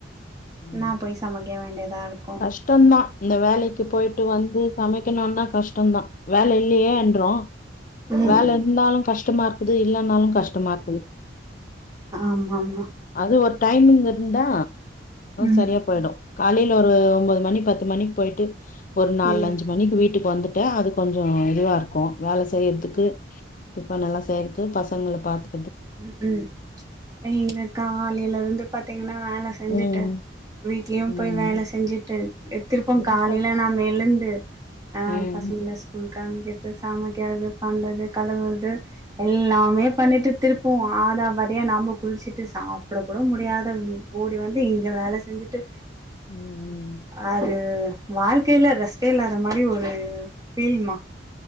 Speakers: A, on the left; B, on the right.
A: ம்
B: நா போய் சமைக்க வேண்டியதா இருக்கு
A: கஷ்டந்தா இந்த வேலைக்கு போய்ட்டு வந்து சமைக்கணுன்னா கஷ்டந்தா வேல இல்லையே என்றோ
B: ம் ம் ம்
A: வேல இருந்தாலு கஷ்டமா இருக்குது இல்லன்னாலு கஷ்டமா இருக்குது
B: ஆமா ஆமா
A: அது ஒரு டைமிங் இருந்தா
B: ம்
A: சரியா போயிடும் காலையில் ஒரு ஒன்பது மணி பத்து மணிக்கு போயிட்டு ஒரு நாலு
B: ம்
A: அஞ்சு மணிக்கு வீட்டுக்கு வந்துட்டா அது கொஞ்சோ இதுவா இருக்கும் வேல செய்யறதுக்கு
B: ஆமா
A: திப்பா நல்லா செய்றது பசங்கள பாத்து
B: உ உம் எங்க காலையில இருந்து பாத்தீங்கன்னா வேல செஞ்சுட்டு
A: ம்
B: வீட்லயு
A: ம்
B: போய் வேல செஞ்சுட்டு திருப்ப
A: அதா
B: காலையில
A: கஷ்டோ
B: நாம எழுந்து அ
A: ம்
B: பசங்கள ஸ்கூலுக்கு கிளம்பிறது சமைக்குறது பண்றது கழுவுறது எல்லாமே பண்ணிட்டு திருப்பம் ஆதபதியா நாம குளிச்சிட்டு சாப்புட்டு கூட முடியாத ஓடி வந்து இங்க வேல செஞ்சுட்டு
A: உம் உம்
B: அது வாழ்க்கையில ரெஸ்டெ இல்லாத மாதிரி ஒரு ஃபீல்மா